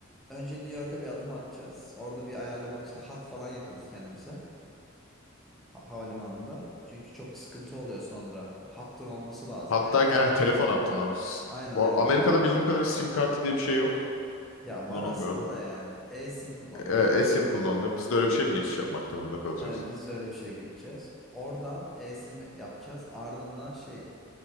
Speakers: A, in the centre; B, on the left (about 65°).
A: Önce New York'a bir adım atacağız. Orada bir ayarlama işte hat falan yaparız kendimize. ha- havalimanında. Çünkü çok sıkıntı oluyor sonra. Hattın olması lazım
B: Hatta
A: yani.
B: eh, telefon hattından. ama s-
A: Aynen
B: o
A: aynen.
B: Amerika'da bildiğim kadarıyla sim kartı diye bir şey yok.
A: Ya
B: Kullanılmıyordu.
A: var aslında da yani eSIM kullanılıyor.
B: E, eSIM kullanılıyor. Biz de öyle bir şey mi geçiş yapmak durumunda kalacağız?
A: Evet, biz de öyle bir şey geçeceğiz. Oradan eSIM yapacağız. Ardından şey